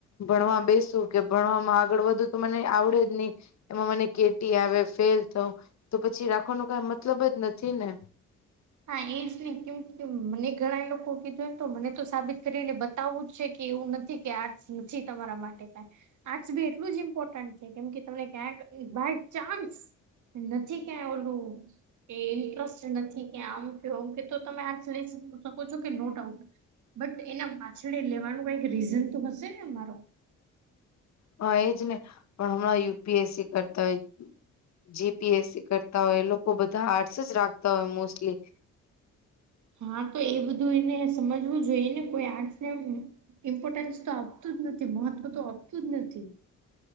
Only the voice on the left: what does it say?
ભણવા બેસું કે ભણવામાં આગળ વધુ તો મને આવડે જ નહી. એમાં મને કેટી આવે ફેલ થઉ તો પછી રાખવાનો કઈ મતલબ જ નથી ને?
હા એજ ને પણ હમણાં યુ પી એસ સી કરતા હોય જી પી એસ સી કરતા હોય એ લોકો બધા હારટસ જ રાખતા હોય મોસ્ટલી.